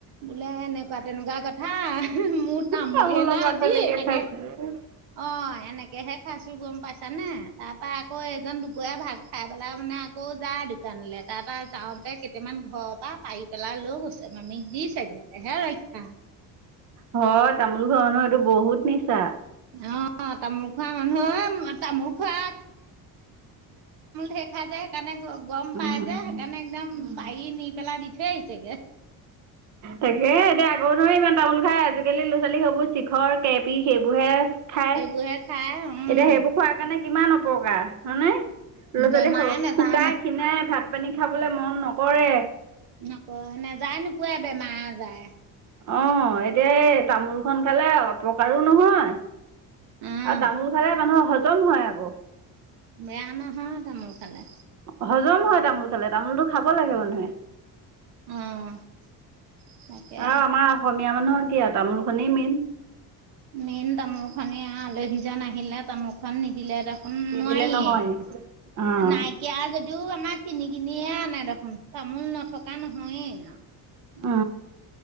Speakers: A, on the right; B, on the right.
A: বোলে এনেকুৱা তেনেকুৱা কথা মোৰ তামোলহে
B: তামোলৰ
A: না
B: বাকলিকে
A: আজি এনেকে
B: <unintelligible>
A: অ', নেকেহে খাইছো গম পাইছানে নাই? তাৰ পৰা আকৌ এইজন দুপৰীয়া ভাত খাই পেলাই মানে আকৌ যায় দোকানলৈ তাৰ পৰা যাওঁতে কেইটামান ঘৰৰ পৰা পাৰি পেলাই লৈ গৈছে মামীক দিছে গৈ তেহে ৰক্ষা
B: হয়, তামোল ঘৰ ন এইটো বহুত নিচা
A: অ', তামোল খোৱা মানুহ তামোল <unintelligible> সেইকাৰণে গম
B: উম।
A: পাই যে সেইকাৰণে একদম পাৰি নি পেলাই দি থৈ আহিছে গৈ
B: তাকে, এতিয়া আগৰ ধৰি ইমান তামোল খাই আজিকালি ল'ৰা ছোৱালী সেইবোৰ শিখৰ কেপি সেইবোৰ হে খায়
A: এইবোৰহে খাই উম
B: এতিয়া সেইবোৰ খোৱাৰ কাৰণে কিমান অপকাৰ হয়নে? ল'ৰা
A: বেমাৰে
B: ছোৱালী <unintelligible>
A: নেযায়
B: শুকাই
A: নে
B: খীনায় ভাত পানী খাবলৈ মন নকৰে
A: নকয় নে যায় নোপোয়াই বেমাৰ আজায়
B: অ', এতিয়া এই তামোলখন খালে অপকাৰো নহয়
A: উম
B: আৰু তামোল খালে মানুহৰ হজম হয় আকৌ
A: বেয়া নহয়, তামোল খালে
B: হজম হয়, তামোল খালে তামোলটো খাব লাগে মানুহে
A: অ', তাকে
B: আৰু আমাৰ অসমীয়া মানুহৰ কি আৰু তামোলখনেই মেইন
A: মেইন তামোল খনে <unintelligible> আলহীজন আহিলে তামোল খন নিদিলে <unintelligible> উম
B: নিদিলে
A: নোৱাৰিয়েই
B: নহয় অ',
A: নাই কেয়া যদিও আমাৰ কিনি কিনিয়ে আনে দেখোন, তামোল নথকা নহয়েই আৰু
B: উ